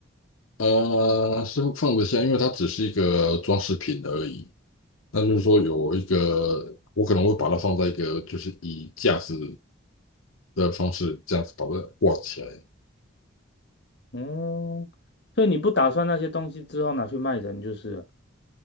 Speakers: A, on the left (about 80°); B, on the left (about 55°).
A: 呃，是放得下，因为它只是一个装饰品而已。那就是说有一个，我可能会把它放在一个，就是以架子的方式这样子把它挂起来。
B: 嗯，所以你不打算那些东西之后拿去卖人就是了？